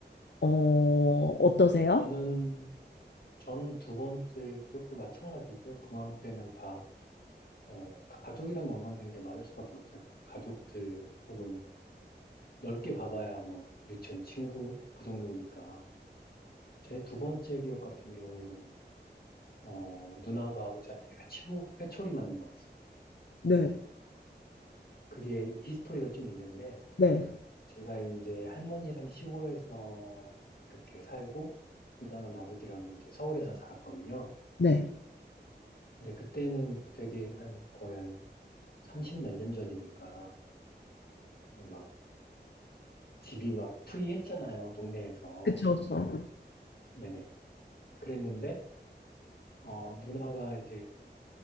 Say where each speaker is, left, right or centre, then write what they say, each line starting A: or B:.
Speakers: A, on the left (about 80°); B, on the left (about 60°).
A: 어, 어떠세요?
B: 저는, 전 두 번째 기억도 마찬가지죠. 그맘때는 다 어, 가족이랑 연관된 게 맞을 수밖에 없잖아요. 가족들 혹은 넓게 봐봐야 뭐 유치원 친구 그 정도니까. 제 두 번째 기억 같은 경우는 어, 누나가 아버지한테 회초, 회초리 맞는 거였어요.
A: 네,
B: 그게 히스토리가 좀 있는데
A: 네,
B: 제가 이제 할머니랑 시골에서 이렇게 살고 누나는 아버지랑 이제 서울에서 살았거든요.
A: 네.
B: 근데 그때는 되게 한 거의 한 30몇 년 전이니까 막 집이 막 프리했잖아요, 동네에서.
A: 그쵸, 그쵸.
B: 네네. 그랬는데, 어, 누나가 이제